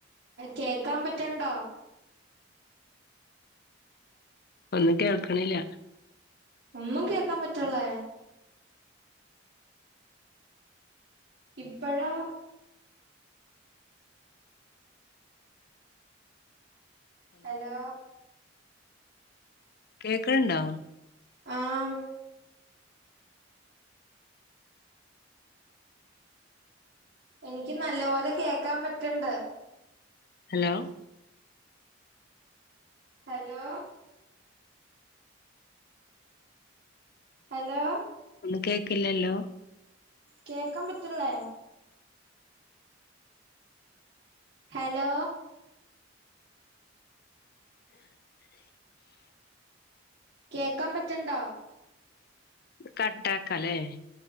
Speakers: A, on the right; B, on the left.
A: കേക്കാൻ പറ്റണ്ടോ?
B: ഒന്നും കേൾക്കണില്ല.
A: ഒന്നും കേക്കാൻ പററ്ളേ? ഇപ്പഴോ? ഹലോ
B: കേക്ക്ണണ്ടോ?
A: ആഹ് എനിക്ക് നല്ല പോലെ കേക്കാൻ പറ്റണ്ട്.
B: ഹലോ
A: ഹലോ ഹലോ
B: ഒന്നും കേക്കില്ലല്ലോ?
A: കേക്കാൻ പറ്റ്ളേ? ഹലോ കേക്കാൻ പറ്റണ്ടോ?
B: കട്ടാക്കല്ലേ?